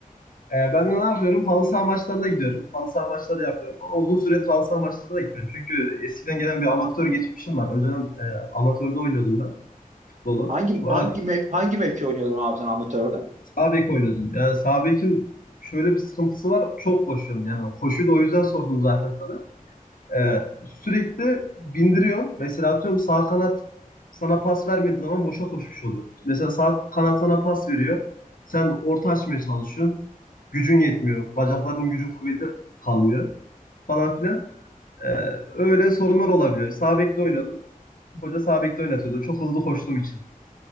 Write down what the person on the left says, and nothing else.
E, ben de ne yapıyorum? Halı saha maçlarına gidiyorum. Halı saha maçları yapıyorum. Ama uzun süredir halı saha maçlarına da gitmiyorum. Çünkü eskiden gelen bir amatör geçmişim var. Önceden e, amatörde oynuyordum ben futbolu.
Bu arada
sağ bek oynuyordum. Yani sağ bekin şöyle bir sıkıntısı var. Çok koşuyorsun. Yani koşuyu da o yüzden sordum zaten sana. Ee, sürekli bindiriyor. Mesela atıyorum sağ kanat sana pas vermediği zaman boşa koşmuş oluyor. Mesela sağ kanat sana pas veriyor. Sen orta açmaya çalışıyorsun. Gücün yetmiyor. Bacakların gücü kuvveti kalmıyor falan filan. Ee, öyle sorunlar olabiliyor. Sağ bekte oynadım. Hoca sağ bekte oynatıyordu. Çok hızlı koştuğum için.